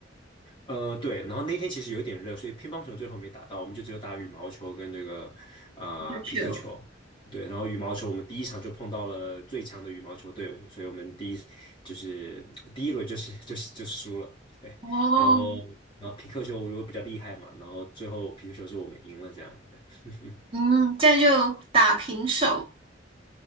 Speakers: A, on the left; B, on the right.
A: 呃，对，然后那天其实有点热，所以乒乓球最后没打到，我们就只有打羽毛球跟这个啊、
B: 乒乓球。
A: 呃匹克球。对，然后羽毛球我们第一场就碰到了最强的羽毛球队伍，所以我们第一就是第一轮就是就是就输了。对，
B: 哦，
A: 然后然后匹克球我又比较厉害嘛，然后最后匹克球是我们赢了这样。对，<laughs>
B: 嗯，这样就打平手。